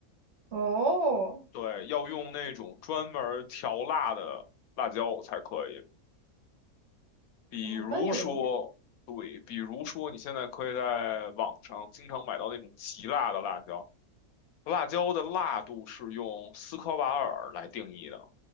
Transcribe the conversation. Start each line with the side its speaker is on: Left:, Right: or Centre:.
Right: 哦，
Left: 对，要用那种专门儿调辣的辣椒才可以。比如说，
Right: 可以，
Left: 对，比如说你现在可以在网上经常买到那种极辣的辣椒，辣椒的辣度是用斯科瓦尔来定义的，